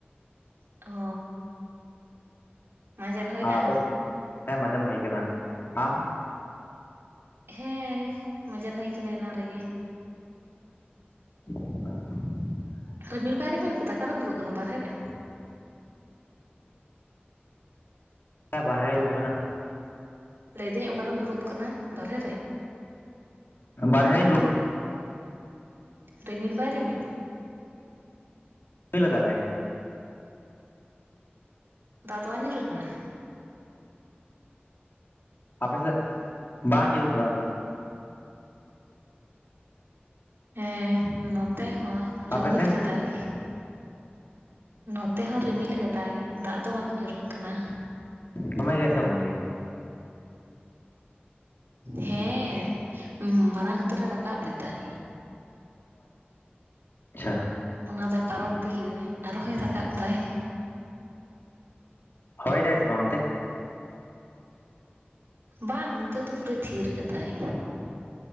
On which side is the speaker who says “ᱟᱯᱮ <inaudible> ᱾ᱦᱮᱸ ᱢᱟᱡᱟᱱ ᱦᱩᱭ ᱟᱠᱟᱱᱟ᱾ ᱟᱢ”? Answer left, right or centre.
Left